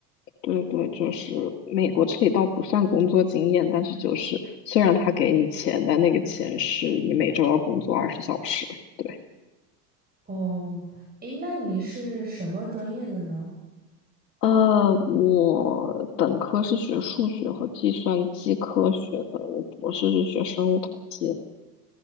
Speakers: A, on the left (about 90°); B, on the right (about 20°).
A: 对对，就是美国这里倒不算工作经验，但是就是虽然他给你钱，但那个钱是你每周要工作二十小时。对，
B: 哦，诶，那你是什么专业的呢？
A: 呃，我本科是学数学和计算机科学的，我博士是学生物统计的。